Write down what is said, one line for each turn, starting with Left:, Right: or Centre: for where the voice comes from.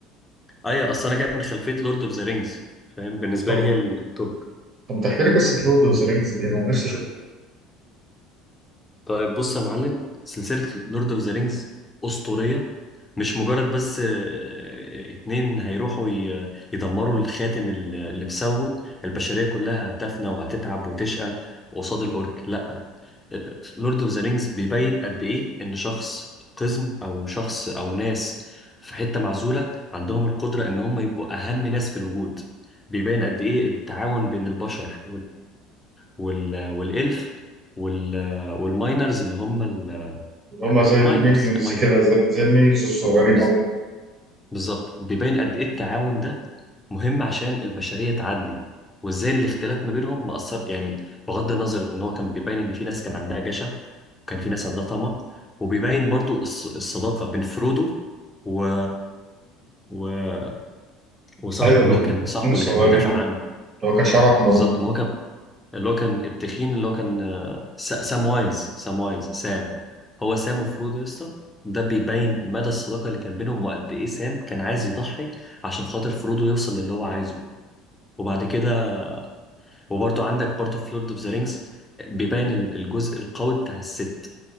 Left: ايوه اصل انا جاي من خلفيه لورد اوف ذا رينجز فاهم بالنسبه
Right: طب
Left: لي هي التوب
Right: طب ما تحكي لي قصة لورد اوف ذا رينجز دي انا نفسي اشوف
Left: طيب بص يا معلم سلسلة لورد اوف ذا رينجز أسطورية مش مجرد بس آه، اتنين هيروحوا ي- يدمروا الخاتم ال- اللي بسببه البشرية كلها هتفنى وهتتعب وتشقى قصاد الأورك لأ لورد اوف ذا رينجز بيبين قد إيه إن شخص قزم أو شخص أو ناس في حتة معزولة عندهم القدرة إن هم يبقوا أهم ناس في الوجود بيبين قد إيه التعاون بين البشر وال والإلف وال والماينرز اللي هم ال-
Right: اللي هم
Left: الماينرز
Right: زي المينيونز
Left: الماينر
Right: كده زي, زي المينيونز الصغيرين
Left: بز- بالظبط بيبين قد إيه التعاون ده مهم عشان البشرية تعدي وإزاي الاختلاف ما بينهم مأثر يعني بغض النظر إن هو كان بيبين إن في ناس كان عندها جشع وكان في ناس عندها طمع وبيبين برضو الص- الصداقة بين فرودو و... و... وصاحبه
Right: ايوه الاثنين
Left: اللي هو كان صاحبه
Right: الصغيرين
Left: اللي كان بيدافع
Right: دول
Left: عنه
Right: اللي هو كان شعره احمر
Left: بالظبط
Right: ده
Left: ما هو كان اللي هو كان التخين اللي هو كان آه، س- سام وايز سام وايز سام هو سام وفرودو يا اسطى ده بيبين مدى الصداقة اللي كان بينهم وقد ايه سام كان عايز يضحي عشان خاطر فرودو يوصل للي هو عايزه وبعد كده وبرضه عندك برضه في لورد اوف ذا رينجز بيبين ال- الجزء القوي بتاع الست